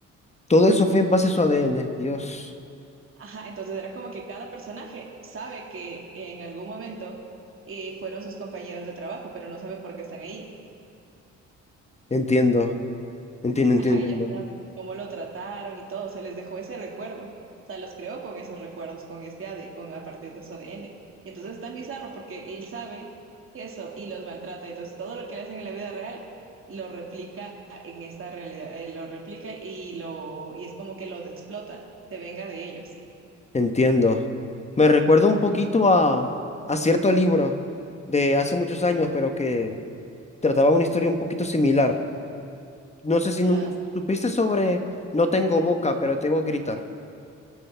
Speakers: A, on the left (about 20°); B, on the right (about 45°).
A: Todo eso fue en base a su ADN. Dios,
B: Ajá, entonces era como que cada personaje sabe que en algún momento eh, fueron sus compañeros de trabajo, pero no sabe por qué están ahí.
A: entiendo, entiendo, entiendo,
B: Ajá,
A: entiendo,
B: ellos saben cómo lo trataron y todo, se les dejó ese recuerdo. O sea, los creó con esos recuerdos, con este AD, con a partir de su ADN. Y entonces es tan bizarro porque él sabe eso y los maltrata. Entonces todo lo que le hacen en la vida real lo replica en esta realidad, eh, lo replica y lo y es como que los explota, se venga de ellos.
A: entiendo. Me recuerda un poquito a, a cierto libro de hace muchos años, pero que trataba una historia un poquito similar. No sé
B: Ya.
A: si nunca supiste sobre No tengo boca, pero te voy a gritar.